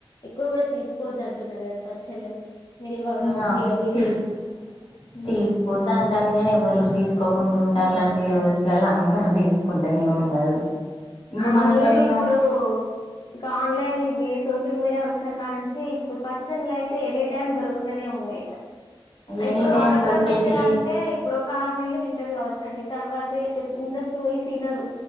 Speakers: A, on the left (about 50°); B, on the left (about 75°).
A: ఎక్కువ కూడా తీసుకోవద్దంటున్నారు కదా పచ్చళ్ళని నిల్వ కాబట్టి
B: ఆ అవు
A: అవి
B: తీసుక్
A: ఉమ్.
B: తీసుకోవద్దు అంటళ్లు కాని ఎవళ్ళు తీసుకోకుంటూ ఉంటారండి ఈ రోజులలో అందరుూ తీసుకుంటూనే ఉన్నారు ఇంకా
A: అవున్లే
B: మనక ఇంకా
A: ఇప్పుడు ఇక ఆన్లైన్ ఇది సోషల్ మీడియా వచ్చినకాడి నుంచి ఈ పచ్చళ్లయితే ఎనీ టైమ్ దొరుకుతూనే ఉన్నాయి
B: ఎనీ
A: ఇప్పుడు
B: టైం
A: ఆవిడకాయ
B: దొరికేటి
A: పచ్చడాంటే ఇప్పుడు ఒక ఆరు నెలలు తింటారు కావ చండి తర్వాత ఇంట్రెస్ట్పోయి తినరు